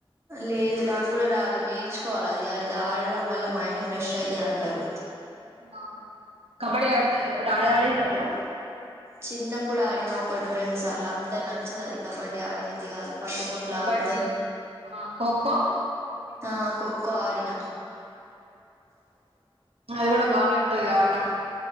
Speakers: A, on the right (about 25°); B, on the right (about 80°).
A: లేదు నాకు కూడా రాదు నేర్చుకోవాలి అదిది ఆడడం వల్ల మైండ్ ఫ్రెష్ అవుతుంది అంటారు
B: వును కబడి అడత ఎప్పుడు అడ అడ మీరు
A: చిన్నప్పుడు ఆడినా ఒకటి రెండు సార్లు అంతా నచ్చదు అది కబడ్డీ ఆడబుద్ది కాదు పట్టుకొని
B: కబడ్డీ
A: లాగుతారు
B: ఖోఖో
A: ఆ కొక్క ఆడిన
B: అది కూడా బానే ఉంటది ఆ ఆట